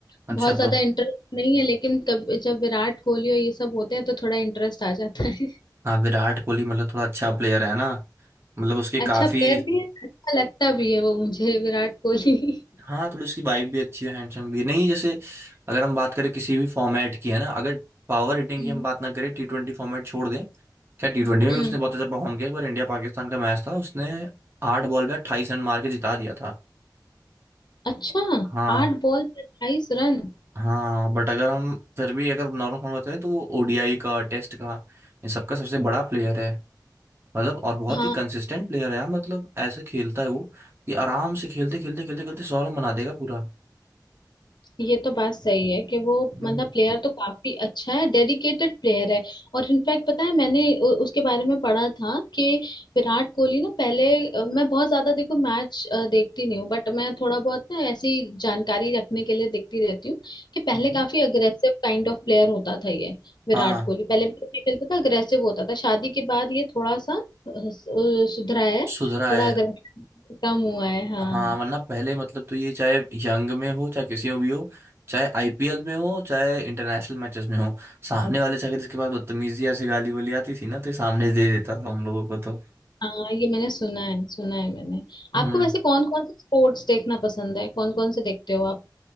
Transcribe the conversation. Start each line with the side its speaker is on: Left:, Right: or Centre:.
Right: अच्छा
Left: बहुत ज्यादा
Right: तो
Left: इंटरेस्ट नहीं है लेकिन कब जब विराट कोहली और ये सब होते हैं तो थोड़ा इंटरेस्ट आ जाता है <laughs>
Right: हाँ विराट कोहली मतलब थोड़ा अच्छा प्लेयर है ना मतलब उसके काफी
Left: अच्छा प्लेयर भी है अच्छा लगता भी है वो मुझे विराट कोहली
Right: हाँ थोड़ी उसकी वाइफ भी अच्छी है हैंडसम भी है। नहीं जैसे अगर हम बात करें किसी भी फॉर्मेट की है ना अगर पावर
Left: <laughs>
Right: हिटिंग
Left: हम्म
Right: की हम बात ना करें टी ट्वेंटी फॉर्मेट छोड़ दें क्या टी ट्वेंटी में
Left: हम्म।
Right: भी उसने बहुत अच्छा परफॉर्म किया एक बार इंडिया पाकिस्तान का मैच था उसने आठ बॉल में अट्ठाईस रन मार के जिता दिया था
Left: अच्छा
Right: हाँ
Left: आठ बॉल पे अट्ठाईस रन
Right: हाँ बट अगर हम फिर भी अगर नॉर्मल फॉर्म बताएं तो वो ओडीआई का टेस्ट का इन सबका सबसे बड़ा प्लेयर है मतलब और बहुत
Left: हाँ
Right: ही कंसिस्टेंट प्लेयर है यार मतलब ऐसे खेलता है वो कि आराम से खेलते खेलते खेलते खेलते सौ रन बना देगा पूरा
Left: ये तो बात सही है कि वो
Right: हम्म
Left: मतलब प्लेयर तो काफी अच्छा है डेडिकेटेड प्लेयर है और इनफैक्ट पता है मैंने उ- उसके बारे में पढ़ा था कि विराट कोहली ना पहले अ, मैं बहुत ज्यादा देखो मैच देखती नहीं हूँ बट मैं थोड़ा बहुत ना ऐसी जानकारी रखने के लिए देखती रहती हूँ कि पहले
Right: हम्म।
Left: काफी अग्रेसिव काइंड ऑफ प्लेयर होता था ये विराट
Right: हाँ
Left: कोहली पहले भी ऐसे खेलता था अग्रेसिव होता था शादी के बाद ये थोड़ा सा अ, सु- सुधरा है
Right: सुधरा
Left: थोड़ा
Right: है
Left: अग्रेसिव कम हुआ है हाँ
Right: हाँ वरना पहले मतलब तो ये चाहे यंग में हो चाहे किसी में भी हो चाहे आईपीएल में हो चाहे इंटरनेशनल मैचेस में हो सामने वाले से अगर इसके पास बदतमीजी या से गाली वाली आती थी ना तो ये सामने से दे देता था उन लोगों को तो
Left: हाँ ये मैंने सुना है सुना है मैंने
Right: हम्म
Left: आपको वैसे कौन कौन से स्पोर्ट्स देखना पसंद है कौन कौन से देखते हो आप